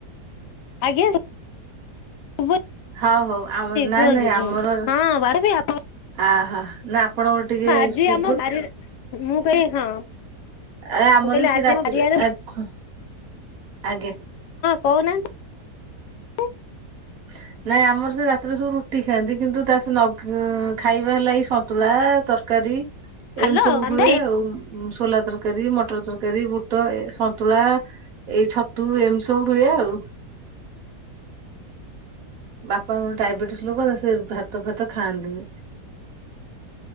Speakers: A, on the left; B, on the right.
A: ଆଜ୍ଞା। ଶୁଭୁଛି
B: ହଉ ହଉ ଆମ ନାଇଁ
A: କୁହନ୍ତୁ
B: ନାଇଁ ଆମର
A: କୁହନ୍ତୁ ହଁ ବାନ୍ଧବୀ ଆପଣ
B: ଅହୋ ଆପଣଙ୍କର ଟିକେ
A: ଆଜି
B: ସୁୁ
A: ଆମ ବାରିରେ ମୁଁ କହିଲି ହଁ
B: ଆ ଆମର
A: ମୁଁ କହିଲି
B: ବି
A: ଆଜି
B: ସେ ରାତିରେ
A: ଆମ ବାରିଆଡେ ହଁ
B: ଆଗ୍ ଆଜ୍ଞା।
A: କହୁନାହା ନ୍ତି।
B: <inaudible> ନାଇଁ ଆମର ସେ ରାତିରେ ସବୁ ରୁଟି ଖାଆନ୍ତି କିନ୍ତୁ ତା ସେ ନଗ ଖାଇବା ହେଲା ଏଇ ସନ୍ତୁଳା ତରକାରୀ।
A: ହ୍ୟାଲୋ
B: ଏମିତି ସବୁ
A: ବାନ୍ଧବୀ
B: ହୁଏ ଆଉ ସୋଲା ତରକାରୀ ମଟର ତରକାରୀ ବୁଟ ଏ ସନ୍ତୁଳା ଏଇ ଛତୁ ଏମି ସବୁ ହୁଏ ଆଉ। ବାପା ମର ଡାଇବେଟିସ ଲୋକ ନା ସେ ଭାତ ଫାତ ଖାଆନ୍ତିନି।